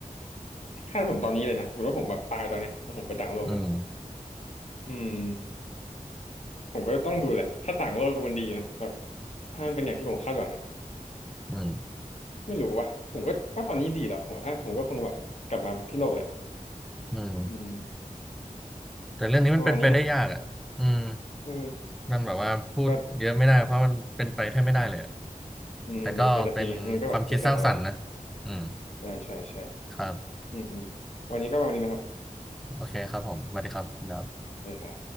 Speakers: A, on the left; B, in the centre.
A: ถ้าผมตอนนี้เลยนะสมมติว่าผมแบบตายตอนเนี้ยแล้วผมไปต่างโลกนะ
B: อืม
A: อืมผมก็ต้องดูแหละ ถ้าต่างโลกมันดีนะแบบถ้ามันเป็นอย่างที่ผมคาดหวังนะ
B: อืม
A: ไม่รู้ว่ะ ผมก็ว่าตอนนี้ดีแล้วผมอ่ะผมก็คงแบบกลับมาที่โลกแหละ
B: อืม
A: อืม
B: แต่เรื่องนี้มันเป็นไปได้ยากอ่ะอืม
A: ประมาณนี้เนอะเออ
B: มันแบบว่าพูดเยอะไม่ได้เพราะมันเป็นไปแทบไม่ได้เลยอะ
A: ก็อืมเป็นแฟนตาซีไงมันก็แบบแล้วแต่เราเนาะ
B: แต่ก็เป็นความคิดสร้างสรรค์นะอืม
A: ใช่ใช่ใช่
B: ครับ
A: อืมอืมวันนี้ก็ประมาณนี้นะครับ
B: โอเคครับผมสวัสดีครับคุณดับ
A: ได้ครับ